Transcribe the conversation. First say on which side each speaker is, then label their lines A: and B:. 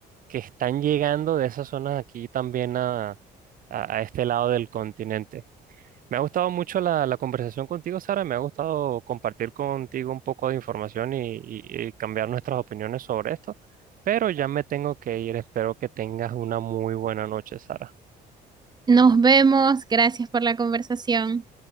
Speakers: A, on the right; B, on the right.
A: que están llegando de esas zonas aquí también a, a, a este lado del continente. Me ha gustado mucho la, la conversación contigo, Sara. Me ha gustado compartir contigo un poco de información y, y- y cambiar nuestras opiniones sobre esto. Pero ya me tengo que ir. Espero que tengas una muy buena noche, Sara.
B: Nos vemos. Gracias por la conversación.